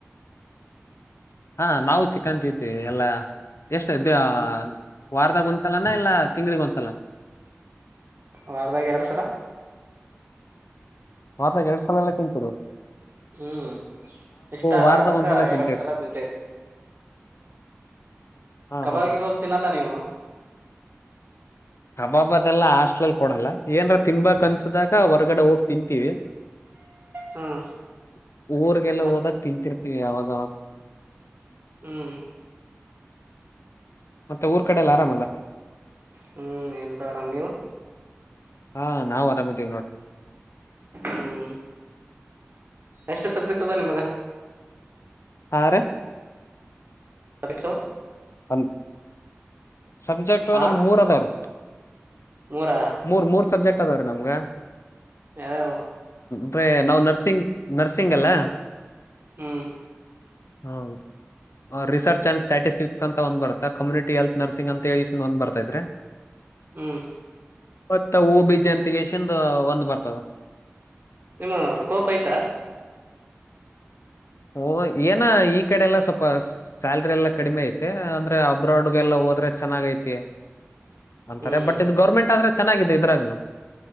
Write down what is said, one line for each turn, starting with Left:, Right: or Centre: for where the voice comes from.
Left: ಹಾ ನಾವು ಚಿಕ್ಕನ್ ತಿಂತೀವಿ. ಎಲ್ಲ ಎಷ್ಟ ದೇ
Right: ಹ್ಮ್
Left: ವಾರದಾಗ ಒಂದ್ಸಲನಾ ಇಲ್ಲ, ತಿಂಗಳಿಗಿ ಒಂದ್ಸಲ,
Right: ವಾರದಾಗ ಎರಡ್ ಸಲಾ.
Left: ವಾರದಗ ಎರಡು ಸಲಾನು ತಿಂತಿರಿ.
Right: ಹ್ಮ್ ಇಷ್ಟ ಅಲ್ಲ
Left: ವಾರದಾಗ
Right: ಅದಕ್ಕ
Left: ಒಂದ್ಸಲ ತಿಂತೇವಿ
Right: ಎರಡು ಸಲಾನು ತಿಂತಿವಿ.
Left: ಹಾ
Right: ಕಬಾಬ್
Left: ಹಾ ಹಾ
Right: ಗಿಬಾಬ್ ಹ ತಿನಲ್ಲ ನೀವು.
Left: ಕಬಾಬ ಅದೆಲ್ಲ ಹಾಸ್ಟ್ಲಲ್ ಕೊಡಲ್ಲ ಏನ್ರ ತಿನ್ಬೇಕಕ್ ಅನ್ಸುದಾಗ ಹೊರ್ಗಡೆ ಹೋಗ್ ತಿಂತೀವಿ.
Right: ಹ್ಮ್
Left: <inaudible> ಊರ್ಗೆಲ್ಲ
Right: ಬಾ
Left: ಹೋದಾಗ ತಿಂರ್ತೀವಿ ಅವಾಗ ಅವ್ಗ.
Right: ಹ್ಮ್.
Left: ಮತ್ತೆ ಊರ್ ಕಡೆಲ್ಲ ಆರಾಮಲ್ಲ.
Right: ಹ್ಮ್ ಎಲ್ರೂ ಆರಾಮ ನೀವು.
Left: ಹಾ ನಾವು ಆರಾಮಿದ್ದೀವಿ ನೋಡ್ರಿ.
Right: ಹ್ಮ್ ಎಷ್ಟು ಸಬ್ಜೆಕ್ಟ್ ಅದ ನಿಮ್ಗ.
Left: ಹಾರಿ.
Right: <unintelligible>
Left: ಹನ್ ಸಬ್ಜೆಕ್ಟ್
Right: ಹಾ
Left: ನಮ್ ಮೂರ್ ಅದಾವ
Right: ಮೂರಾ
Left: ಮೂರ್ ಮೂರ್ ಸಬ್ಜೆಕ್ಟ್ ಅದಾವ ರೀ ನಮ್ಗ
Right: ಯಾವ
Left: ಅ್ರ ನಾವು ನರ್ಸಿಂಗ್ ನರ್ಸಿಂಗ್ ಅಲ್ಲ
Right: ಹ್ಮ್
Left: ಹ್ಮ ರಿಸರ್ಚ್ ಆಂಡ್ ಸ್ಟ್ಯಾಟಿಸ್ಟಿಕ್ ಅಂತ ಒಂದ್ ಬರುತ್ತಾ ಕಮ್ಯುನಿಟಿ ಎಲ್ತ್ ನರ್ಸಿಂಗ್ ಅಂತ ಒಂದ್ ಬರ್ತೈತ್ರಿ
Right: ಹ್ಮ್
Left: ಮತ್ತ ಓ ಬಿ ಜಂತಿಗೆ ಚಂದ ಒಂದ್ ಬರ್ತದ
Right: ನಿಮ್ಮ ಸ್ಕೋಪ್ ಐ್ತ
Left: ಓ ಏನ ಈ ಕಡೆ ಎಲ್ಲ ಸ್ವಲ್ಪ ಸ್ಯಾಲ್ರಿ ಎಲ್ಲಾ ಕಡಿಮೆ ಐತೆ ಅಂದ್ರೆ ಅಬ್ರಾಡ್ಗೆಲ್ಲ ಹೋದ್ರೆ ಚೆನ್ನಾಗೈಐತಿ ಅಂತಾರೆ
Right: ಹ್ಮ್
Left: ಬಟ್ ಇ ಗೌರ್ಮೆಂಟ್ ಆದ್ರೆ ಚೆನ್ನಾಗಿದೆ ಇದ್ರಾಗನು